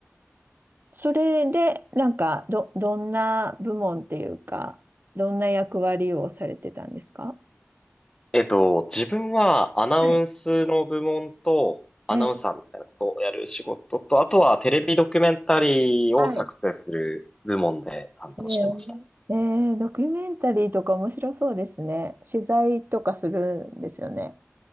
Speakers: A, on the right (about 45°); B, on the left (about 15°).
A: それで、なんか、ど、どんな部門っていうか、どんな役割をされてたんですか
B: えっと、自分はアナウンスの部門とアナウンサーみたいなことをやる仕事と、
A: はいえー、
B: あとはテレビドキュメンタリーを作成する部門で担当してました。
A: はい。えー、えードキュメンタリーとか面白そうですね。取材とかするんですよね。